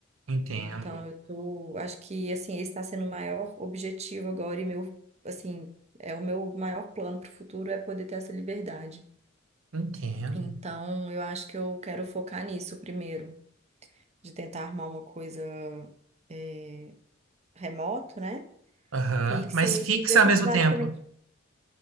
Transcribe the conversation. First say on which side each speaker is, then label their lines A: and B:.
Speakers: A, on the right; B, on the right.
A: Entendo.
B: Então eu tô, acho que assim esse está sendo o maior objetivo agora e meu assim é o meu maior plano para o futuro é poder ter essa liberdade.
A: Entendo.
B: Então eu acho que eu quero focar nisso primeiro, de tentar arrumar uma coisa é, remoto, né?
A: Aham.
B: fixa
A: Mas
B: e
A: fixa
B: que me dê possibilidade
A: ao mesmo tempo.
B: também de...